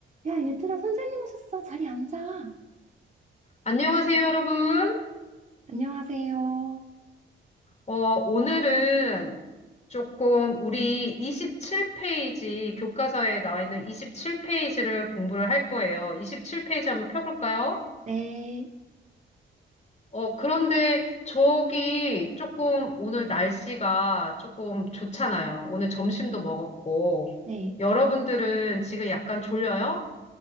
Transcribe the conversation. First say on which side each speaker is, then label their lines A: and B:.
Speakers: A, on the right (about 35°); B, on the left (about 35°).
A: 야, 얘들아, 선생님 오셨어. 자리 앉아.
B: 안녕하세요, 여러분.
A: 안녕하세요.
B: 어, 오늘은 조금 우리 27페이지, 교과서에 나와 있는 27페이지를 공부를 할 거예요. 27페이지 한번 펴볼까요?
A: 네,
B: 어, 그런데 저기 조금 오늘 날씨가 조금 좋잖아요. 오늘 점심도 먹었고.
A: 네.
B: 여러분들은 지금 약간 졸려요?